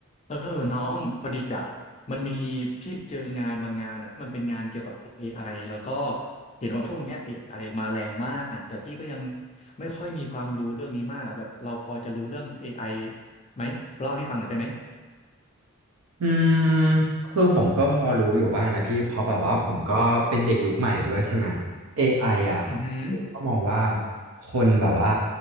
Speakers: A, on the left; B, on the right.
A: เออน้องพอดีแบบมันมีพี่เจองานบางงานอะมันเป็นงานเกี่ยวกับ AI แล้วก็เห็นว่าช่วงเนี้ย AI มาแรงมากแต่พี่ก็ยังไม่ค่อยมีความรู้เรื่องนี้มากอะแบบเราพอจะรู้เรื่อง AI ไอไหมเล่าให้พี่ฟังหน่อยได้ไหม
B: อืมคือผมก็พอรู้อยู่บ้างนะพี่เพราะแบบว่าผมก็เป็นเด็กยุคใหม่ด้วยใช่ไหม AI อไออ่ะ
A: อือหือ
B: ผมก็มองว่าคนแบบว่า